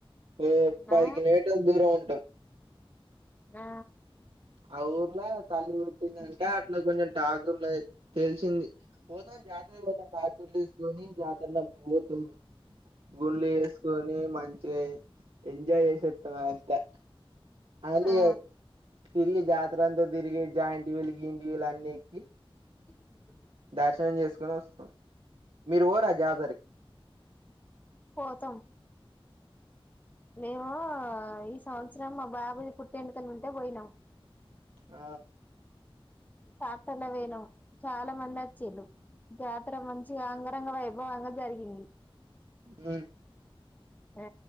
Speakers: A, on the right (about 70°); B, on the left (about 15°).
A: ఏ పది
B: ఆ
A: కిలోమీటర్ల దూరం ఉంటాం
B: ఆ
A: ఆ ఊర్లో తల్లి కొట్టిందంట అట్ల కొంచెం టాక్ ఉన్నది తెలిసింది పోతాం జాతరకి పోతాం టక్టర్లు తీసుకొని జాతర్ల కి పోతున్నా ఉల్లి వేసుకొని మంచిగా ఎంజాయ్ చేసేస్తం ఇంకా అని
B: ఆ
A: తిలి జాతర అంత తిరిగి జాయింట్ విల్లు గియింట్ విల్లు అన్ని ఎక్కి
B: <inaudible>
A: దర్శనం చేసుకొని వస్తాం మీరు పోరా జాతర్
B: పోతాం మేమా ఈ సంవత్సరం మా బాబు ది పుట్టింటికిలు ఉంటే పోయినాం
A: ఆ
B: టక్టర్ల పోయినం చాలామంది వచ్చిల్లు జాతర మంచిగా అంగరంగ వైభవంగా జరిగింది
A: ఉ
B: ఆ